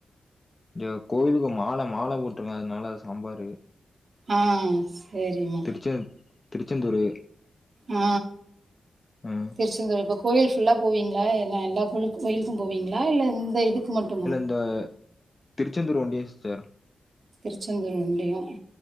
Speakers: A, on the left; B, on the right.
A: த்தோ கோயிலுக்கு மாலை மாலை போட்டிருக்க அதனால சாம்பாரு
B: ஆ செரிமா
A: ச்செ திருச்செந்தூரு
B: அ
A: ம்
B: திருச்செந்தூரு இப்ப கோயில் ஃபுல்லா போவீங்ளா எல்லா எல்லா கோலு கோயிலீக்கு போவீங்ளா இல்ல இந்த இதுக்கு மட்டு மா
A: த திருச்செந்தூரு வொண்டியு சிஸ்டர்
B: திருச்செந்தூர் வண்டியா